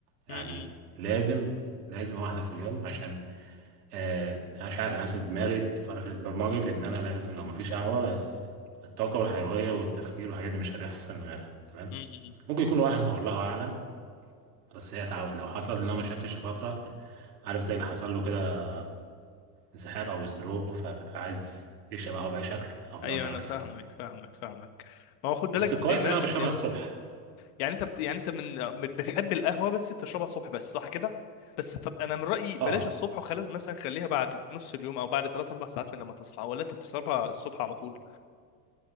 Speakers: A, on the right; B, on the left.
A: يعني
B: امم امم
A: لازم لازم واحدة في اليوم عشان آه أنا مش عارف أنا حاسس دماغي اتفر- اتبرمجت إن أنا لازم لو مفيش قهوة الطاقة والحيوية والتفكير والحاجات دي مش هتحصل من غيرها تمام
B: إمم، إمم.
A: ممكن يكون وهم والله اعلم بس هي تعود لو حصل ان انا ما شربتش لفتره عارف زي اللي حصل له كده انسحاب او ازدروب فبيبقى عايز يشرب قهوه باي شكل او بيدور
B: ايوه
A: على
B: انا
A: كافيين
B: فاهمك فاهمك فاهمك ما هو خد بالك
A: بس كويس
B: دماغ
A: ان انا بشربها
B: دم...
A: الصبح
B: يعني انت بت... يعني انت من من- بتحب القهوه بس بتشربها الصبح بس صح كده بس طب انا من رايي بلاش
A: اه
B: الصبح وخلاص مثلا خليها بعد في نص اليوم او بعد 3 4 ساعات من لما تصحى ولا انت بتشربها الصبح على طول